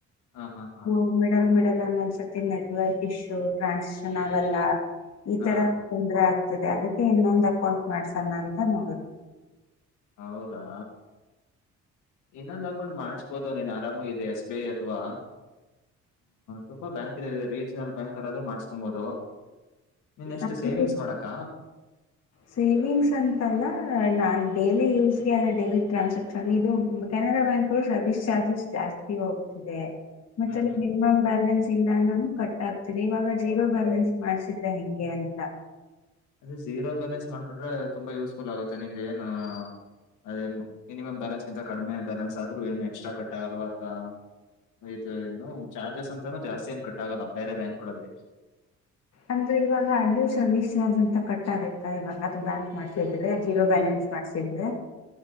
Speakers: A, on the left; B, on the left.
A: ಹಾ ಹಾ ಹಾ
B: ಹ್ಮ ಮಿಡಲ್ ಮಿಡಲ್ ಅನ್ ಅನ್ಸು ತ್ತೆ ನೆಟ್ವರ್ಕ್ ಇಶ್ಯು ಟ್ರಾಸ್ ಚೆನ್ನಾಗಲ್ಲ ಈ
A: ಹಾ
B: ತರ. ತೊಂದ್ರೆ ಆಗ್ತಿದೆ ಅದಕ್ಕೆ ಇನ್ನೊಂದ್ ಅಕೌಂಟ್ ಮಾಡ್ಸೋಣ ಅಂತ ನೋಡೋದು.
A: ಹೌದಾ. ಇನ್ನೊಂದ್ ಹಾಕೊಂಡ್ ಮಾಡ್ಸ್ಬಹದು ನೀನ್ ಆರಾಮ ಆಗಿ ಇದು ಎಸ್ ಬಿ ಐ ಅಥವಾ ತುಂಬಾ ಬ್ಯಾಂಕ್ ಇದೆ ರೀಜನಲ್ ಬ್ಯಾಂಕ್ ಅದೂ ಮಾಡ್ ಹಂಬೋದು ನಿನ್ನ ನೆಕ್ಸ್ಟ್
B: ಅಂದ್ರೆ
A: ಸೇವಿಂಗ್ಸ್ ಮಾಡಕ್ಕ.
B: ಸೇವಿಂಗ್ಸ್ ಅಂತಲ್ಲ ನಾನ್ ಡೇಲಿ ಯೂಸ್ಗೆ ಅಲ್ಲ ಡೇಲಿ ಟ್ರಾನ್ಸಾಕ್ಷನ್ ಇದು ಕೆನರಾ ಬ್ಯಾಂಕಲ್ಲಿ ಸರ್ವಿಸ್ ಚಾರ್ಜಸ್ ಜಾಸ್ತಿ ಹೋಗ್ತಿದೆ. ಮತ್ತ
A: ಹ್ಮ್
B: ಅಲ್ಲಿ
A: ಹ್ಮ್
B: ಮಿನಿಮಮ್
A: ಹ್ಮ್
B: ಬ್ಯಾಲೆನ್ಸ್- ಇಲ್ಲ ಅಂದು ಕಟ್ ಆಗ್ತಿದೆ ಇವಾಗ ಜೀರೋ ಬ್ಯಾಲೆನ್ಸ್ ಮಾಡ್ಸಿದ್ರೆ ಹೆಂಗೆ ಅಂತ.
A: ಅದೇ ಜೀರೋ ಬ್ಯಾಲೆನ್ಸ್ ಮಾಡಕೊಂಡ್ರೆ ತುಂಬಾ ಯೂಸ್ಫುಲ್ ಆಗುತ್ತೆ ನಿಂಗೆ ಏನು ಅದೇ ಮಿನಿಮಮ್ ಬ್ಯಾಲೆನ್ಸ್ಗಿಂತ ಕಡಿಮೆ ಬ್ಯಾಲೆನ್ಸ್ ಆದ್ರೂ ಏನು ಎಕ್ಸ್ಟ್ರಾ ಕಟ್ಟಾಗಲ್ವಾ ಅ ಇ ಇನ್ನು ಚಾರ್ಜಸ್ ಅಂತಾನೂ ಜಾಸ್ತಿ ಏನು ಕಟ್ಟಾಗಲ್ಲ ಬೇರೆ ಬ್ಯಾಂಕ್ಗಳಲ್ಲಿ.
B: ಅಂದ್ರೆ ಇವಾಗ ಹಡ್ ಸರ್ವಿಸ್ ಚಾರ್ಜ್ ಅಂತ ಕಟ್ಟಾಗತ್ತ ಇವಾಗ ಅದು ಬ್ಯಾಂಕ್ ಮಾಡ್ಸಿದ್ರೆ. ಜೀರೋ ಬ್ಯಾಲೆನ್ಸ್
A: ಹ್ಮ್
B: ಮಾಡ್ಸಿದ್ರೆ.